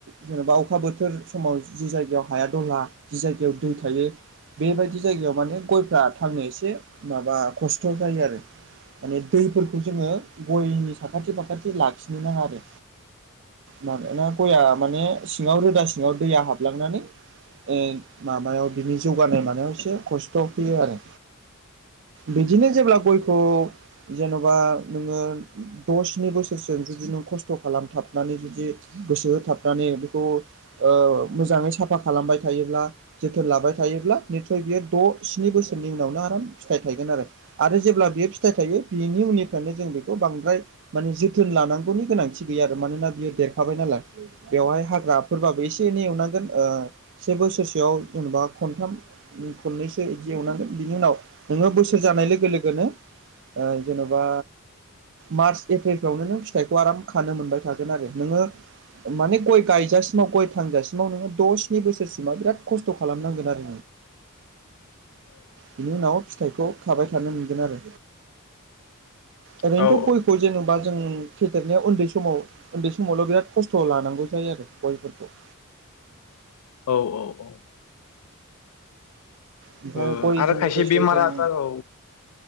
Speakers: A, on the right; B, on the left.
A: जेनेबा अखा बोथोर समाव जि जायगायाव हाया दलहा जि जायगायाव दै थायो बेबायदि जायगायाव माने गयफ्रा थांनो एसे माबा खस्थ' जायो आरो। माने दैफोरखौ जोङो गयनि फाखाथि फाखाथि लाखिनो नाङा आरो। मोनोना गया माने सिङाव रोदा सिङाव दैया हाबलांनानै ओ माबायाव बिनि जौगानाय मानायाव एसे खस्थ' फैयो आरो। बिदिनो जेब्ला गयखौ जेन'बा नोङो द स्नि बोसोरसजों जुदि नों खस्थ' खालामथाबनानै जुदि गोसो होथाबनानै बेखौ ओ मोजाङै साफा खालामबाय थायोब्ला जोथोन लाबाय थायो ब्ला नितसय बियो द' स्नि बोसोरनि उनावनो आराम फिथाइ थायगोन आरो आरो जेब्ला बेयो फिथाइ थायो बेनि उननिफ्रायनो जों बेखौ बांद्राय माने जोथोन लानां खुनु गोनांथि गैया आरो मानोना बियो देरखाबाय नालाय बेवहाय हाग्राफोरबाबो एसे एनै एवनांगोन ओ से बोसोरसेयाव जेन'बा खनथाम खननैसो बिदि एवनांगोन बिनि उनाव नोङो बोसोर जानाय लोगो लोगोनो ओ जेन'बा मार्च एप्रिलफ्रावनो नों फिथाइखौ आराम खानो मोनबाय। थागोन आरो नोङो माने गय गायजासिमाव गय थांजासिमाव नो द' स्नि बोसोर मा बिराद खस्थ' खालामनांगोन आरो। बिनि उनाव फिथाइखौ खाबाय थानो मोनगोन आरो। <inaudible> ओरैनोथ'
B: औ
A: गयखौ जेनेबा जों फेदेरनायाव उन्दै समाव उन्दै समावल' बिराद खस्थ' लानांगौ जायो आरो गयफोरखौ। <inaudible>
B: औ ओ
A: ओमफ्राय
B: ओ
A: गयजों
B: आरो खायसे
A: लोगोसे
B: बेमार
A: जों
B: आजार औ